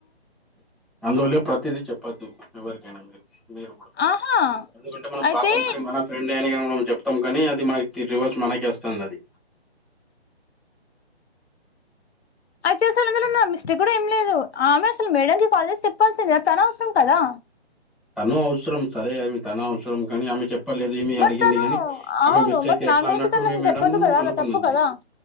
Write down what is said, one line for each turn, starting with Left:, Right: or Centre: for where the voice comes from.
Centre: అందువల్లే ప్రతిదీ చెప్పొద్దు. ఎవరికైనా మీరు, మీరు గూడా
Left: ఆహా
Centre: ఎందుకంటే మనం
Left: అయితే
Centre: పాపం లోనే మన ఫ్రెండే అని కానీ మనం జేప్తాం కానీ అది మనకి రివర్స్ మనకేస్తుంది అది.
Left: అయితే అసలు అందులో నా మిస్టేక్ గూడా ఏం లేదు. ఆమె అసలు మేడం కి కాల్ జేస్ చెప్పాల్స్ కిగా తన అవసరం కదా.
Centre: తను అవసరం సరే అవి తన అవస్ త్రోమ్ కాని ఆమె చెప్పలేదు. ఈమె
Left: బట్
Centre: అడిగింది
Left: తను
Centre: గాని ఆమె
Left: అవును
Centre: మిస్ అయితే
Left: బట్
Centre: ఎట్లా
Left: నా గురించి
Centre: అన్నట్టు
Left: తను
Centre: మీ
Left: అసలు
Centre: మేడం
Left: చెప్పొద్దు కదా
Centre: అనుకున్నది.
Left: అలా తప్పు కదా